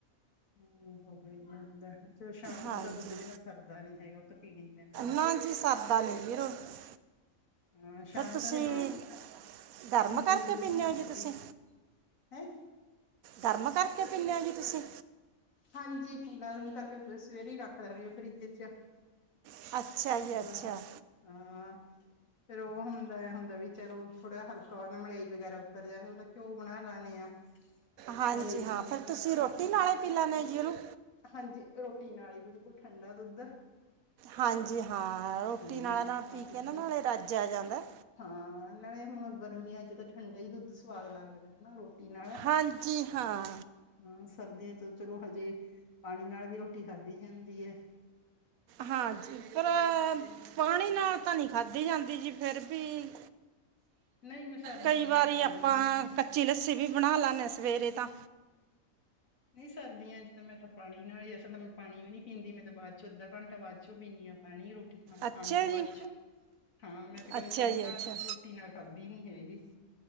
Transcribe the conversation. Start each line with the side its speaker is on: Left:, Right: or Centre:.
Left: <inaudible> ਚਲੋ ਸ਼ਾਮ
Right: ਹਾਂਜੀ
Left: ਨੂੰ ਤਾਂ ਦੁੱਧ ਬਿਨਾ ਸਰਦਾ ਨੀ ਹੈਗਾ। ਉਹ ਤਾਂ ਪੀਣੀ ਈ ਪੈਂਦਾ ਐ।
Right: ਨਾ ਜੀ ਸਰਦਾ ਨਹੀਂ ਵੀਰੋ ਫਿਰ
Left: ਹਾਂ ਸ਼ਾਮ
Right: ਤੁਸੀਂ
Left: ਦਾ ਫਿਰ,
Right: ਗਰਮ
Left: ਨੀਂਦ
Right: ਕਰਕੇ ਪੀਂਦੇ
Left: ਵੀ ਨਈ ਆਉਂਦੀ।
Right: ਹੋ ਜੀ ਤੁਸੀਂ
Left: ਹੈਂ?
Right: ਗਰਮ ਕਰਕੇ ਪੀਨੇ ਆ ਜੀ ਤੁਸੀਂ?
Left: ਹਾਂਜੀ, ਗਰਮ ਕਰਕੇ ਸਵੇਰੇ ਈ ਰੱਖ ਦਾਣੀ ਫਰਿੱਜ 'ਚ।
Right: <inaudible>
Left: ਬਾਚ
Right: ਅੱਛਾ
Left: ਆ ਫੇਰ ਉਹ ਹੁੰਦਾ-ਹੁੰਦਾ ਵੀ, ਚਲੋ ਥੋੜ੍ਹਾ ਜਿਆ ਹਲਕਾ ਹੋ, ਮਲਾਈ ਵਗੈਰਾ ਉਤਰ ਜਾਵੇ ਉਹਦਾ ਘਿਓ ਬਣਾ ਲੈਨੇ ਆ।
Right: ਹਾਂਜੀ,
Left: ਮਲਾਈ
Right: ਹਾਂ
Left: ਤੋਂ
Right: ਫੇਰ ਤੁਸੀਂ ਰੋਟੀ ਨਾਲੇ ਪੀ ਲੈਨੇ ਜੀ ਉਹਨੂੰ?
Left: ਹਾਂਜੀ, ਰੋਟੀ ਨਾਲ ਈ ਬਿਲਕੁਲ ਠੰਡਾ ਦੁੱਧ।
Right: ਹਾਂਜੀ ਹਾਂ, ਰੋਟੀ
Left: ਹਾਂਜੀ
Right: ਨਾਲੇ-ਨਾਲ
Left: ਫਿੱਕਾ
Right: ਪੀ
Left: ਦੁੱਧ
Right: ਕੇ ਨਾ ਨਾਲੇ ਰੱਜ ਆ ਜਾਂਦਾ।
Left: ਹਾਂ, ਨਾਲੇ ਹੁਣ ਗਰਮੀਆਂ 'ਚ ਤਾਂ ਠੰਡਾ ਈ ਦੁੱਧ ਸੁਵਾਦ ਲੱਗਦਾ ਹਨਾ, ਰੋਟੀ ਨਾਲ
Right: ਹਾਂਜੀ, ਹਾਂ।
Left: ਹਾਂ ਸਰਦੀਆਂ 'ਚ ਚਲੋ, ਹਜੇ ਪਾਣੀ ਨਾਲ ਵੀ ਰੋਟੀ ਖਾਧੀ ਜਾਂਦੀ ਐ।
Right: ਹਾਂਜੀ, ਪਰ ਪਾਣੀ ਨਾਲ ਤਾਂ ਨੀ ਖਾਧੀ ਜਾਂਦੀ ਜੀ ਫਿਰ ਵੀ।
Left: ਨਹੀਂ ਮੈਂ ਸਰਦੀਆਂ
Right: ਕਈ ਵਾਰੀ
Left: ਚ ਤਾਂ ਪਾਣੀ
Right: ਆਪਾਂ,
Left: ਨਾਲ ਹੀ ਖਾਂਦੀ
Right: ਕੱਚੀ ਲੱਸੀ ਵੀ ਬਣਾ ਲੈਂਨੇ ਸਵੇਰੇ ਤਾਂ
Left: ਨਈ ਸਰਦੀਆਂ 'ਚ' ਤਾਂ ਮੈਂ ਤਾਂ ਪਾਣੀ ਨਾਲ ਅਸਲ ਮੈਂ ਪਾਣੀ ਵੀ ਨੀ ਪੀਦੀ ਮੈਂ ਤਾਂ ਬਾਅਦ 'ਚ ਅੱਧਾ ਘੰਟਾ ਬਾਅਦ 'ਚ ਪੀਨੀਂ ਆ। ਪਾਣੀ ਏ ਰੋਟੀ, ਖਾਣਾ-ਖਾਣ
Right: ਅੱਛਾ
Left: ਤੋਂ ਬਾਅਦ
Right: ਜੀ
Left: ਚੋ ਹਾਂ, ਮੈਂ ਤੇ ਕਦੇ
Right: ਅੱਛਾ
Left: ਪਾਣੀ
Right: ਜੀ
Left: ਨਾਲ
Right: ਅੱਛਾ
Left: ਰੋਟੀ ਨਾ ਖਾਧੀ ਨੀ ਹੈਗੀ।